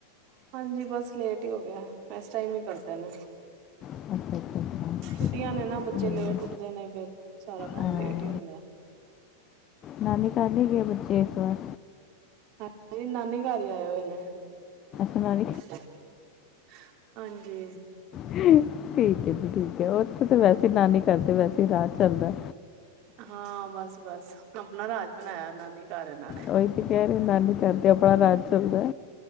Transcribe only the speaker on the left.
<inaudible>
ਹਮ,
ਹਾਂ।
ਨਾਨੀ ਘਰ ਨੀ ਗਏ ਬੱਚੇ ਇਸ ਵਾਰ
ਸੁਣਾਓ?
ਠੀਕ ਐ ਜੀ ਠੀਕ ਐ ਉੱਥੇ ਤਾਂ ਵੈਸੇ ਨਾਨੀ ਕਰਦੇ ਵੈਸੇ ਈ ਰਾਜ ਚੱਲਦਾ।
ਉਹੀ ਤੇ ਕਹਿ ਰਹੇ, ਨਾਨੀ ਘਰ ਤੇ ਆਪਣਾ ਰਾਜ ਚੱਲਦਾ।